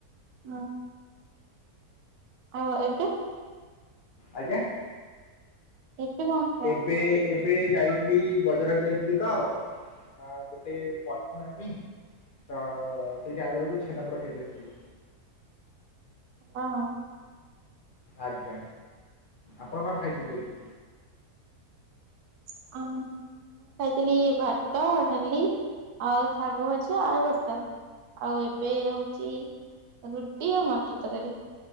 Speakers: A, on the right; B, on the left.
A: ହଁ। ଆଉ ଏବେ?
B: ଆଜ୍ଞା
A: ଏବେ କଣ ଖାଅ
B: ଏବେ ଏବେ ଯାଇଥିଲି ବଜାର ଆଡ଼େ ଯାଇଥିଲି ତ ଅ ଗୋଟେ ପରଫି୍ୟୁମ ଆଣିବା ପାଇଁ ତ ଅ ଅ ସେଇଠି ଅଇଲା ବେଳକୁ ଛେନାପୋଡ଼ ଖାଇକି ଆସିଥିଲି।
A: କଣ?
B: ଆଜ୍ଞା ଆପଣ କଣ ଖାଇଥିଲେ ଆଜି?
A: <unintelligible> ଖାଇଥିଲି ଭାତ, ଡାଲି ଆଉ ଶାଗଭଜା, ଆଳୁ ଭର୍ତା। ଆଉ ଏବେ ହଉଚି ରୁଟି ଆଉ ମଟର ତରକାରୀ।